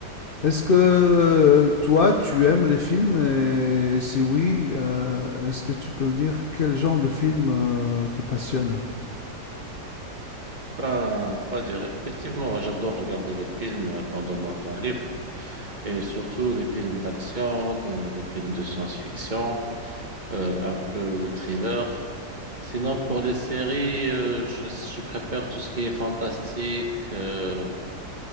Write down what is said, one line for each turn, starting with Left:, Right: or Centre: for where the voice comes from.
Left: Est-ce que euh, toi, tu aimes les films? Et si oui, euh, est-ce que tu peux me dire quel genre de film euh, te passionne?
Right: Ben, quoi dire? Effectivement, moi, j'adore regarder les films pendant mon temps libre et surtout les films d'action, euh, les films de science-fiction, euh, un peu de thriller. Sinon, pour les séries, euh, je, je préfère tout ce qui est fantastique, euh,